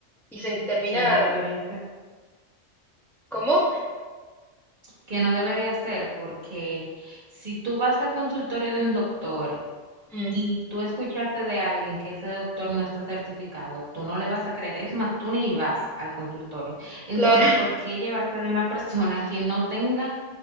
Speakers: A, in the centre; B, on the right (about 35°).
A: Y se termina,
B: que no debería ser.
A: ¿cómo?
B: que no debería ser, porque si tú vas al consultorio de un doctor
A: Mm,
B: y tú escuchaste de alguien que ese doctor no está certificado, tú no le vas a creer, es más, tú ni vas al consultorio. Entonces,
A: claro, <laughs>
B: ¿por qué llevarte de una <laughs> persona que no tenga